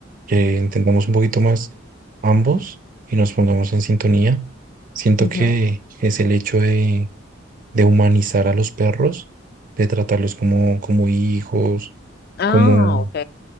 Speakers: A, on the right (about 40°); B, on the left (about 50°).
A: que entendamos un poquito más ambos y nos pongamos en sintonía. Siento
B: Ujú.
A: que es el hecho de, de humanizar a los perros, de tratarlos como, como hijos,
B: Ah,
A: como
B: ok.